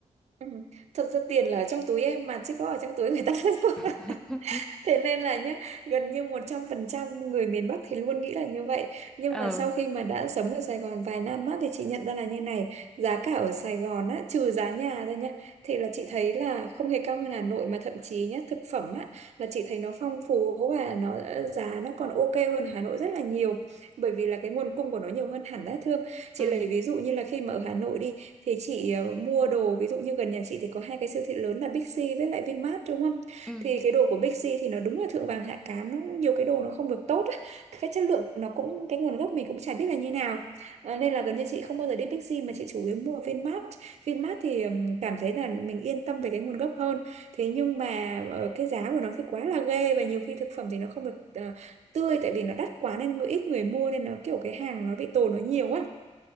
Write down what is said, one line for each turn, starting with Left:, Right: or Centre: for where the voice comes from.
Right: ừ. thật ra tiền là ở trong túi em mà chứ có ở trong túi người ta đâu <laughs>
Centre: <laughs>
Right: Thế nên là nhá, gần như 100% người miền Bắc thì luôn nghĩ là như vậy. Nhưng
Centre: Ờ.
Right: mà sau khi mà đã sống ở Sài Gòn vài năm á, thì chị nhận ra là như này, giá cả ở Sài Gòn á, trừ giá nhà ra nhá, thì là chị thấy là không hề cao hơn Hà Nội mà thậm chí nhá, thực phẩm á, là chị thấy nó phong phú và nó ờ, giá nó còn ok hơn Hà Nội rất là nhiều. Bởi vì là cái nguồn cung của nó nhiều hơn hẳn á Thương. Chị
Centre: Ừ.
Right: lấy ví dụ như là khi mà ở Hà Nội đi, thì chị ờ, mua đồ, ví dụ như gần nhà chị thì có hai cái siêu thị lớn là Big C với lại Vinmart đúng không?
Centre: Ừ.
Right: thì cái đồ của Bixi thì nó đúng là thượng vàng hạ cám nó cũng nhiều cái đồ nó không được tốt á. cái chất lượng nó cũng cái nguồn gốc mình cũng chả biết là như nào à, nên là gần như chị không bao giờ đi Bixi mà chị chủ yếu mua Vinmart Vinmart thì ừm, cảm thấy là mình yên tâm về cái nguồn gốc hơn thế nhưng mà ờ, cái giá của nó thì quá là ghê và nhiều khi thực phẩm thì nó không được ờ, tươi tại vì nó đắt quá nên người- ít người mua nên nó kiểu cái hàng nó bị tồn nó nhiều quá